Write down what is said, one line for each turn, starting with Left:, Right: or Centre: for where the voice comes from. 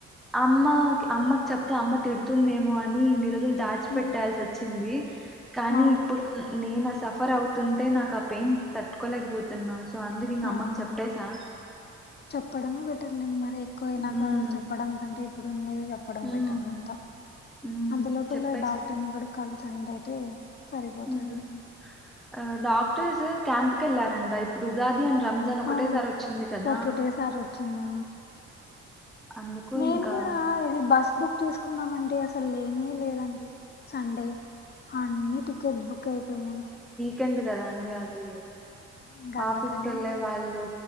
Centre: అమ్మక్ అమ్మకి చెప్తే అమ్మ తిడుతుందేమో అని ఇన్ని రోజుల్ దాచి
Left: హ్మ్.
Centre: పెట్టాల్సి వచ్చింది కానీ
Left: ఆ!
Centre: ఇప్పుడు నేను అస్ సఫర్ అవుతుంటే నాకు. అప్ పెయిన్ తట్టుకోలేకపోతున్నా. సో అందుగిక
Left: ఆ!
Centre: అమ్మకి
Left: ఆ!
Centre: చెప్పేసా.
Left: చెప్పడమే బెటర్లేండి మరి. ఎక్కువైనాక
Centre: ఉమ్
Left: చెప్పడం కంటే. ఇప్డున్నదే చెప్పడం
Centre: ఉమ్
Left: బెటర్ అంతా
Centre: ఉమ్
Left: అంతలోపల్ల
Centre: చెప్పేసా
Left: డాక్టర్ ని కూడా కలి. అండ్ అయితే.. సరిపోతాది.
Centre: ఉమ్ ఆ డాక్టర్స్ క్యాంప్ కి వెళ్లారంట ఇప్పుడు ఉగాది. రంజాన్ ఒకటేసారి
Left: ఆ
Centre: వచ్చింది కదా
Left: ఓకటే సారి ఒచ్చింది
Centre: అందుకు
Left: నేను
Centre: ఇంకా
Left: కూడా ఇది బస్ బుక్ తీసుకుందాం అంటే అసలు లేనే లేవండి సండే అన్ని టి టికెట్ బుక్ అయిపోనయ్
Centre: కెండ్ కదా అండి అది
Left: ఇంక అందుకనే
Centre: ఆఫీస్ కెళ్ళే
Left: ఇంక
Centre: వాళ్ళు